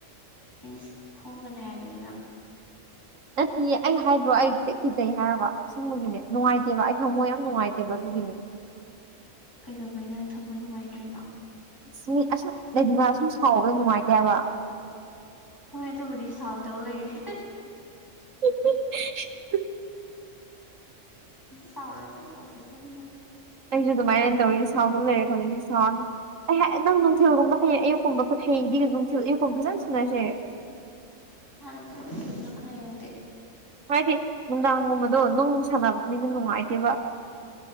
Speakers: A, on the left; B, on the right.
A: ꯏꯁ ꯐꯨꯒꯅꯤ ꯍꯥꯏꯕꯅꯤꯅ
B: ꯅꯠꯇꯦ ꯑꯩ ꯍꯥꯏꯕ꯭ꯔꯣ ꯑꯩꯦꯛꯈꯤꯖꯩ ꯍꯥꯏꯔꯕ ꯁꯤꯨꯝꯕꯒꯤꯅꯦ ꯅꯨꯡꯉꯥꯏꯇ ꯏꯦꯕ ꯑꯩ ꯊꯝꯃꯣꯏ ꯌꯥꯝ ꯅꯨꯡꯉꯥꯏꯇꯦꯕ ꯑꯗꯨꯒꯤꯅꯦ
A: ꯀꯩꯗꯧꯕꯩ ꯅꯪ ꯊꯝꯃꯣꯏ ꯅꯨꯡꯉꯥꯏꯇ꯭ꯔꯤꯅꯣ
B: ꯑ ꯃꯤ ꯑꯁꯨꯝ ꯂꯩꯗꯨꯅ ꯑꯁꯨꯝ ꯁꯥꯎꯕꯗ ꯅꯨꯡꯉꯥꯏꯇꯦꯕ
A: ꯍꯣꯏ ꯑꯗꯨꯕꯨꯗꯤ ꯁꯥꯎꯗꯧ ꯂꯩꯔꯦ
B: <unintelligible>
A: ꯁꯥꯥꯎꯔꯁꯨ ꯁꯥꯎꯖꯁꯅꯨꯗ
B: ꯑꯩꯁꯨ ꯑꯗꯨꯃꯥꯏꯅ ꯇꯧꯔꯤ ꯁꯥꯎꯟꯗ ꯂꯩꯔꯦ ꯍꯧꯖꯤꯇꯤ ꯁꯥꯎꯑꯅꯨ ꯑꯩ ꯅꯪ ꯅꯨꯡꯊꯤꯜꯒꯨꯝꯕ ꯍꯌꯦꯡ ꯑꯌꯨꯛꯀꯨꯝꯕ ꯍꯌꯦꯡꯗꯤ ꯅꯨꯡꯊꯤꯜ ꯑꯌꯨꯛꯀꯨꯝꯕ ꯐꯖꯅ ꯁꯤꯟꯅꯁꯦ
A: ꯁꯥꯅꯁ‌ꯦ ꯐꯖꯅ ꯍꯌ‌ꯦꯡꯗꯤ
B: ꯍꯥꯏꯗꯤ ꯅꯨꯡꯗꯥꯡꯒꯨꯝꯕꯗꯣ ꯅꯨꯡ ꯁꯥꯟꯅꯕ ꯃꯤꯗꯤ ꯅꯨꯡꯉꯥꯏꯇꯦꯕ